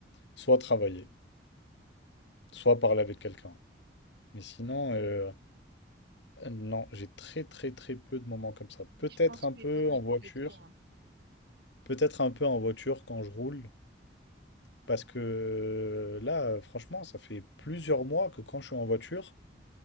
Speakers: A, on the left (about 75°); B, on the right (about 60°).
A: soit travailler, soit parler avec quelqu'un. Mais sinon, euh, euh, non, j'ai très très très peu de moments comme ça. Peut-être
B: Je pense
A: un
B: qu'il
A: peu
B: faudrait
A: en
B: que
A: voiture,
B: tu l'écrives.
A: peut-être un peu en voiture quand je roule. Parce que là, franchement, ça fait plusieurs mois que quand je suis en voiture,